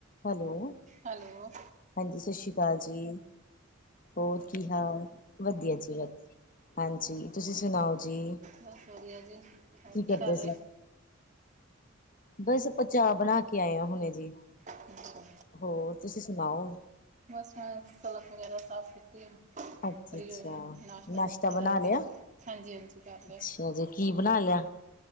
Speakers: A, on the left; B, on the right.
A: ਹੈਲੋ
B: ਹੈਲੋ
A: ਹਾਂਜੀ ਸਤਿ ਸ਼੍ਰੀ ਅਕਾਲ ਜੀ ਹੋਰ ਕੀ ਹਾਲ ਵਧੀਆ ਜੀ ਵਧੀਆ ਹਾਂਜੀ ਤੁਸੀਂ ਸੁਣਾਓ ਜੀ
B: ਬਸ ਵਧੀਆ ਜੀ ਹੋਰ ਕੀ
A: ਕਰਦੇ
B: ਕਰ ਰਹੇ
A: ਸੀ ਬਸ ਪਚਾਅ ਬਣਾ ਕੇ ਆਏ ਆ ਹੁਣੇ ਜੀ
B: ਅੱਛਾ
A: ਹੋਰ ਤੁਸੀਂ ਸੁਣਾਓ
B: ਬਸ ਮੈਂ ਸਲਫ ਵਗੈਰਾ ਸਾਫ ਕੀਤੀ
A: ਅੱਛਾ
B: ਫ੍ਰੀ
A: ਅੱਛਾ
B: ਹੋਏ ਨਾਸ਼ਤਾ ਨੂਸ਼ਤਾ ਕਰਕੇ
A: ਬਣਾ ਲਿਆ
B: ਹਾਂਜੀ ਹਾਂਜੀ ਕਰ ਲਿਆ
A: ਅੱਛਾ ਜੀ ਕੀ ਬਣਾ ਲਿਆ